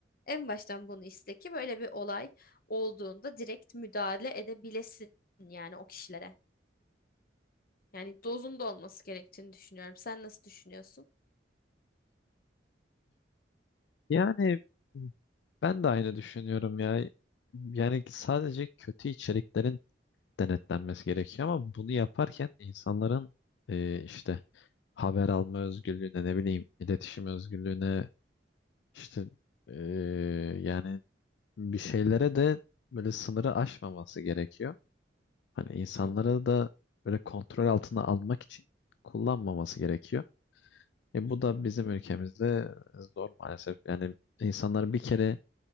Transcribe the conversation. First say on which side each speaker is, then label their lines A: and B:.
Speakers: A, on the left (about 55°); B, on the left (about 70°).
A: En baştan bunu iste ki böyle bir olay olduğunda direkt müdahale edebilesin yani o kişilere. Yani dozunda olması gerektiğini düşünüyorum. Sen nasıl düşünüyorsun?
B: Yani ben de aynı düşünüyorum ya. Yani sadece kötü içeriklerin denetlenmesi gerekiyor ama bunu yaparken insanların e, işte haber alma özgürlüğüne ne bileyim iletişim özgürlüğüne işte e, yani bir şeylere de böyle sınırı aşmaması gerekiyor. Hani insanları
A: Hı hı,
B: da böyle kontrol altına almak için kullanmaması gerekiyor. E,
A: hı
B: bu da
A: hı,
B: bizim ülkemizde zor maalesef. Yani insanlar bir kere